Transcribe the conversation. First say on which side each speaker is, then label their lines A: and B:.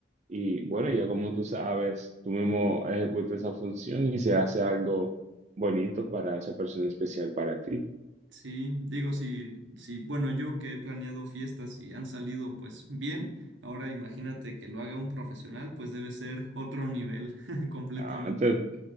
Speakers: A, on the right; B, on the right.
A: y bueno, ya como tú sabes, tú mismo ejecutas esa función y se hace algo bonito para esa persona especial para ti.
B: Sí, digo, si, si, bueno, yo que he planeado fiestas y han salido pues bien, ahora imagínate que lo haga un profesional, pues debe ser otro nivel <laughs> completamente.
A: No, te,